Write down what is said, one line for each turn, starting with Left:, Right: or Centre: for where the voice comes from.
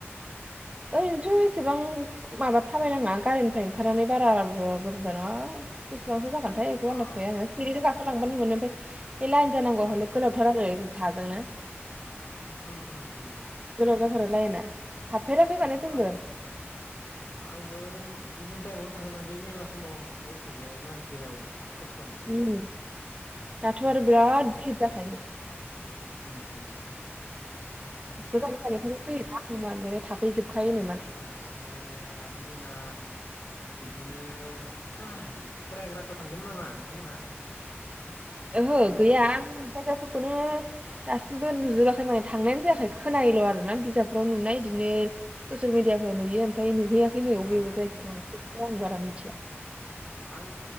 Right: ओरैनोथ' बेसेबां खु माबा थाबायनाङा। गारिनिफ्राय ओंखारनानै बारा गोजोनथार नङा बेसेबांसो जागोन बेखौ
Left: अ
Right: आन्दास गैया आङो। लांबानो मोनो ओमफाय बे लाइन जानांगौवा
Left: आदसा
Right: हले गोलावथार आरो साजोंनो
Left: उम उम उम
Right: गोलाव जाथारो लाइना हाबफेराखै माने जोंबो
Left: आं आंबो गुबुन टाइमावनो थांगोन आं बे मेला समाव आं थांनो गोसो गैया इमान भिराव। खस्थ मोनसोयो
Right: उम दाथ'
Left: उम
Right: आरो बिराद
Left: थिगानो दं
Right: भिर जाखायो
Left: उम उम उम।
Right: गोजान
Left: थिगानो
Right: गोजाननिफ्रायबो
Left: दं ओमफ्राय
Right: फैयोना <unintelligible> <unintelligible>
Left: बेनिफ्राय
Right: माने
Left: लोगोसे आरो जोंहा बिदिनो पोरायग्रासआव थांदोंमोन नामा नोंथांमोनहा?
Right: ओहो
Left: कुम्भ
Right: गैया
Left: मेलायाव
Right: आं जायगाफोरखौनो दासिमबो नुजोबाखै माने थांनायानो जायाखै खोनायोल आरोना बिजाबफोराव नुनाय इदिनो ससियेल मिडियाफ्राव नुयो ओमफ्राय नुहैयाखै। फैनायाव
Left: आ
Right: बेबो
Left: आ
Right: जायगायाव
Left: आ
Right: औ <unintelligible> बारा मिथिया।
Left: आं